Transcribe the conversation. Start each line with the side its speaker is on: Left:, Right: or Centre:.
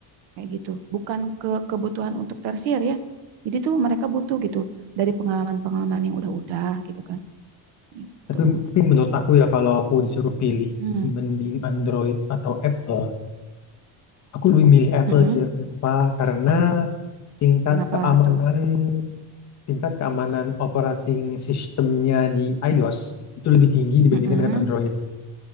Right: kayak gitu. Bukan ke kebutuhan untuk tersier ya. Jadi tuh mereka butuh gitu dari pengalaman-pengalaman yang udah-udah gitu kan. Gitu.
Left: tapi, tapi menurut aku ya kalau aku disuruh pilih
Right: Mm,
Left: mending Android atau Apple, aku lebih milih Apple.
Right: mm-mm.
Left: Ci. Kenapa? Karena tingkat
Right: Kenapa
Left: keamanan
Right: tuh?
Left: tingkat keamanan operating sistemnya di iOS itu lebih tinggi dibandingkan
Right: Mm-mm.
Left: dengan Android.